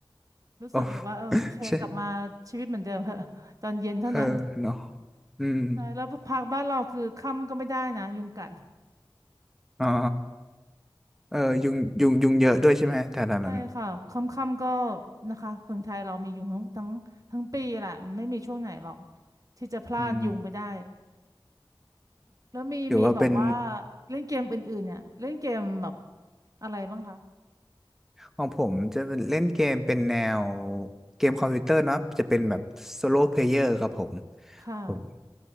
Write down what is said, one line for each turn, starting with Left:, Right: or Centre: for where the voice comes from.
Right: รู้สึกเลยว่าเออโอเคกลับมาชีวิตเหมือนเดิมเถอะตอนเย็นเท่านั้น
Centre: โอ้ใช่เออเนาะอืม
Right: ใช่แล้วพักบ้านเราคือค่ำก็ไม่ได้นะยุงกัด
Centre: อ๋อ เออยุงยุงยุงเยอะด้วยใช่ไหมแถวนั้น
Right: ใช่ค่ะค่ำๆก็นะคะเมืองไทยเรามียุงทั้งทั้งทั้งปีแหละไม่มีช่วงไหนหรอกที่จะพลาดยุงไปได้
Centre: อืม
Right: แล้วมีมีแบบว่า
Centre: หรือว่าเป็น
Right: เล่นเกมอื่นๆเนี่ยเล่นเกมแบบอะไรบ้างคะ
Centre: ของผมจะเป็นเล่นเกมเป็นแนวเกมคอมพิวเตอร์เนอะจะเป็นแบบโซโล่เพลเยอร์ครับผม
Right: ค่ะ
Centre: ผม